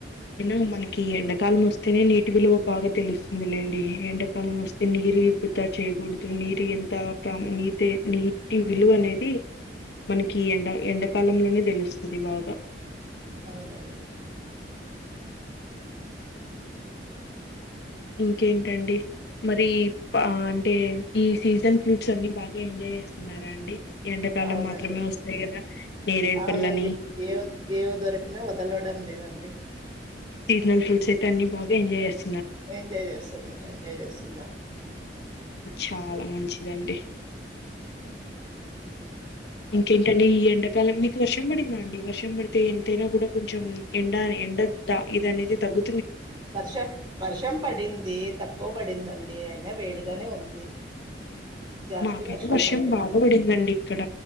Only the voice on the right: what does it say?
అవునండి
అవునండి
అవునండి
ఎవ్ ఎవ్ దొరికిన వ దలవడం లేదండి
ఎంజాయ్ చేస్తున్నా ఎంజాయ్ చేస్తున్నా
వర్షం వర్షం పడింది తక్కువ పడిందండి అయినా వేడి గానే ఉంది జాస్తి
పడలేదు